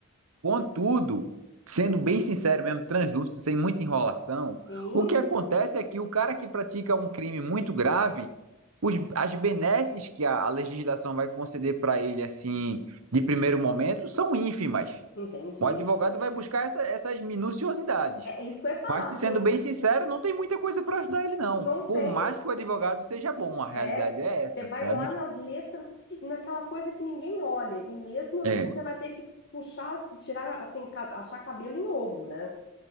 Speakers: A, on the right (about 80°); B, on the left (about 50°).
A: Contudo, sendo bem sincero mesmo, translúcido, sem muita enrolação,
B: sim,
A: o que
B: <laughs>
A: acontece é que o cara que pratica um crime muito grave, os- as benesses que a, a legislação vai conceder para ele, assim, de primeiro momento, são ínfimas.
B: entendi.
A: O advogado vai buscar essa- essas minuciosidades.
B: É, é isso que eu ia falar,
A: Mas, te
B: você
A: sendo
B: tem,
A: bem sincero, não tem muita coisa para ajudar ele, não.
B: não
A: Por
B: tem,
A: mais que o advogado seja bom, a realidade
B: é,
A: é essa,
B: você vai
A: sabe?
B: lá nas letras, pi- naquela coisa que ninguém olha, e mesmo assim
A: É,
B: você vai ter que puxar, se tirar, assim, ca- achar cabelo em ovo, né?